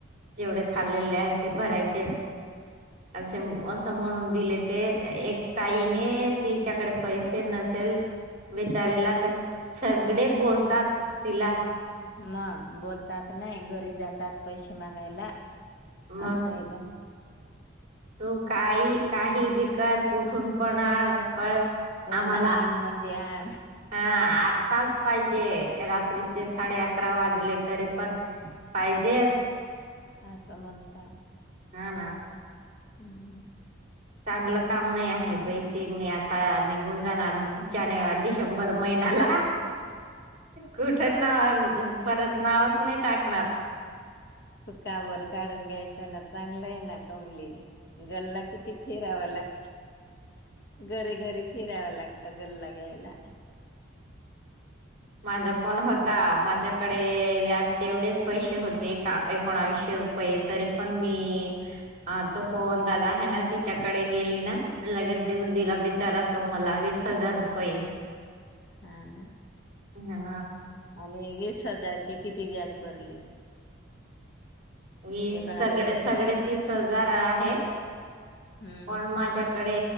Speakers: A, on the right; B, on the left.
A: जेवढे खाल्लेल्ले आहे ते भरायचे. असे म्हणून दिले ते एक ताईने तिच्याकडे पैसे नसेल बिचारीला तर सगळे बोलतात तिला
B: मग बोलतात नाही घरी जातात पैसे मागायला.
A: मग
B: असंय बग.
A: तू काही काही बिकर कुठून पण आन पण
B: पण
A: आम्हाला
B: आण म्हणजे आण
A: हा आत्ताच पाहिजे रात्रीचे साडे अकरा वाजले तरी पण पाहिजेच.
B: आसं म्हणतात
A: हा ना.
B: हम्.
A: चांगलं काम नाही आहे बाई ते मी आता निघून जाणार. जानेवारी, डिसेंबर महिनाला. कुठ नाव परत नावच नाही टाकणार.
B: चुका भर काढून घ्यायचं ना चांगलं आहे ना कमली गल्ला किती फिराव लाग घरी घरी फिराव लाग त गल्ला घ्यायला. हम्म.
A: माझा पण होता. माझ्या कडे व्यजचे एवढेच पैसे होते एकोणावीशे रुपये तरी पण मी तो पोवन दादा हे ना तिच्याकडे गेली ना लगेच देऊन दिला बिचारा तो मला वीस हजार रुपये
B: हा ना
A: हा
B: आणि वीस हजारची किती व्याज भरली
A: वीस
B: एकोणावीस
A: सगळे सगडे तीस हजार आहे
B: हम्म.
A: पण माझ्याकडे